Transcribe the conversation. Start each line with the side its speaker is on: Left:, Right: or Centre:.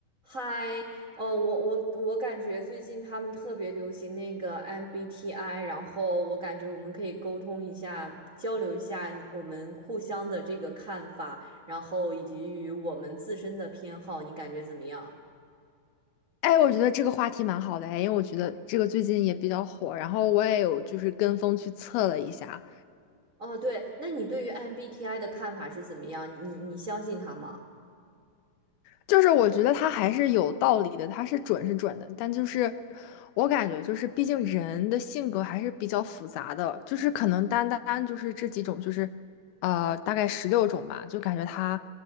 Right: 嗨，哦，我我我感觉最近他们特别流行那个 MBTI，然后我感觉我们可以沟通一下，交流一下你我们互相的这个看法，然后以及与我们自身的偏好，你感觉怎么样？
Left: 哎，我觉得这个话题蛮好的哎，因为我觉得这个最近也比较火，然后我也有就是跟风去测了一下，
Right: 哦，对，那你对于 MBTI 的看法是怎么样？你你相信他吗？
Left: 就是我觉得它还是有道理的，它是准是准的，但就是我感觉就是毕竟人的性格还是比较复杂的，就是可能单单就是这几种就是呃大概十六种吧，就感觉它